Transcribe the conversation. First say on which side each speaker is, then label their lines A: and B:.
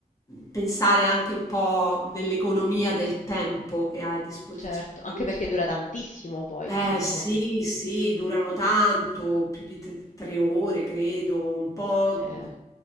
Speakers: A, on the left (about 20°); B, on the left (about 60°).
A: pensare anche un po' nell'economia del tempo che hai a disposizione
B: Certo,
A: per
B: anche
A: un
B: perché dura tantissimo poi
A: eh
B: il film.
A: sì, sì, durano tanto, più di tre tre ore credo, un po',
B: Eh,